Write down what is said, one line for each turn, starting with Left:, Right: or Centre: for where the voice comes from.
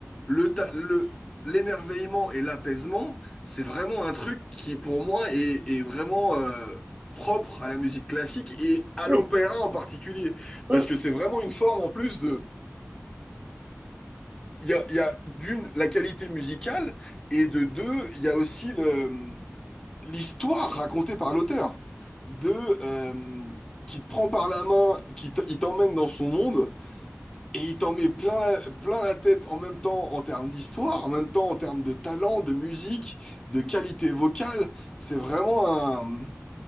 Left: le, ta- le- l'émerveillement et l'apaisement, c'est vraiment un truc qui, pour moi, est, est vraiment euh, propre à la musique classique et à l'opéra
Right: Mm,
Left: en particulier.
Right: mm.
Left: Parce
Right: mm.
Left: que c'est vraiment une forme, en plus, de... Il y a, il y a, d'une, la qualité musicale, et de deux, il y a aussi le, l'histoire racontée par l'auteur, de, euh, qui te prend par la main, qui t- il t'emmène dans son monde, Et il t'en met plein la, plein la tête en même temps en termes d'histoire, en même temps en termes de talent, de musique, de qualité vocale. C'est vraiment un,